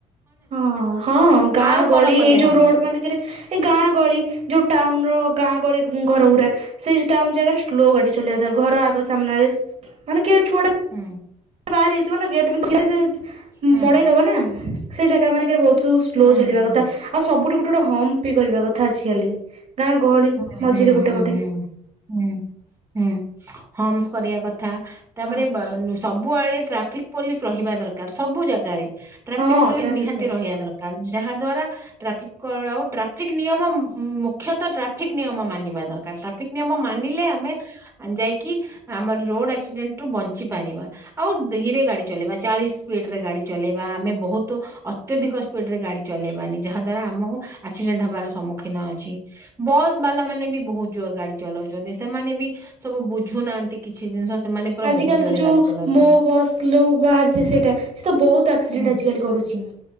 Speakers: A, on the right (about 50°); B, on the right (about 20°).
A: ହଁ ହଁ ଗାଁ
B: ଆଉ
A: ଗଳି
B: କଣ କଲେ
A: ଏଇ ଯୋଉ
B: ହବ
A: ରୋଡ ମାନେଙ୍କରେ ଏ ଗାଁ ଗହଳି ଯୋଉ ଟାଉନ ର ଗାଁ ଗଳି ଘର ଗୁଡ଼ା। ସେ ଟାଉନ ଜାଗାରେ ସ୍ଲୋ ଗାଡି ଚଲେଇବା କଥା ଘର ଆଗ ସାମ୍ନାରେ ମାନେ କିଏ ଛୁଆ ଟା
B: ହୁଁ।
A: ପାରେ ହେଇଯିବ ନା ଗେଟ ଭିତରେ ଥିଲେ ସେ
B: ହୁଁ
A: ମଡେଇ ଦବ ନା ସେ ଜାଗା ମାନଙ୍କରେ ବହୁତ ସ ସ୍ଲୋ
B: ହୁଁ
A: ଚଲେଇବା
B: ହୁଁ।
A: କଥା ଆଉ ସବୁଠୁ ଗୋଟେ ଗୋଟେ ହମ୍ପ ବି କରିବା କଥା ଆଜିକାଲି। ଗାଁ ଗହଳି
B: ହୁଁ
A: ମଝିରେ
B: ହୁଁ ହୁଁ
A: ଗୋଟେ ଗୋଟେ।
B: ହୁଁ ହୁଁ ହୁଁ ହମସ କରିଆ କଥା। ତାପରେ
A: ହମ୍ପ।
B: ବାନୁ ସବୁଆଡେ ଟ୍ରାଫିକ ପୋଲିସ ରହିବା ଦରକାର ସବୁ ଜାଗାରେ। ଟ୍ରାଫିକ୍
A: ହଁ
B: ପୋଲିସ
A: ଟ୍ରାଫିକ
B: ନିହାତି
A: ପୋଲିସ
B: ରହିବା ଦର କାର ଯାହା ଦ୍ଵାରା ଟ୍ରାଫିକର ଆଉ ଟ୍ରାଫିକ ନିୟମ ମୁଖ୍ୟତଃ ଟ୍ରା ଫିକ ନିୟମ ମାନିବା ଦରକାର ଟ୍ରାଫିକ ନିୟମ ମାନିଲେ ଆମେ ଯାଇକି ଆମର ରୋଡ ଆକ୍ସିଡେଣ୍ଟରୁ ବଞ୍ଚି ପାରିବା। ଆଉ ଧୀରେ ଗାଡି ଚଲେଇବା ଚାଳିଶ ସ୍ପିଡ ରେ ଗାଡି ଚଲେଇବା ଆମେ ବହୁତ ଅତ୍ୟଧିକ ସ୍ପିଡ ରେ ଗାଡି ଚଲେଇବାନି ଯାହା ଦ୍ଵାରା ଆମକୁ ଆକ୍ସିଡେଣ୍ଟ ହବାର ସମ୍ମୁଖୀନ ଅଛି। ବସ୍ ବାଲା ମାନେ ବି ବହୁତ ଜୋର ଗାଡି ଚଲଉଛନ୍ତି ସେମାନେ ବି ସବୁ ବୁଝୁନାହାନ୍ତି କିଛି ଜିନିଷ। ସେମାନେ ପୁରା
A: ଆଜିିକାଲି
B: ବହୁତ ଜୋରରେ
A: ତ ଯୋଉ
B: ଗାଡି ଚଲାଉଛନ୍ତି।
A: ମୋ ବସ୍ କ୍ଲୁ ବାହାରିଛି ସେଇଟା ସେ ତ ବହୁତ ଆକ୍ସିଡେଣ୍ଟ
B: ହୁଁ।
A: ଆଜିକାଲି କରୁଛି।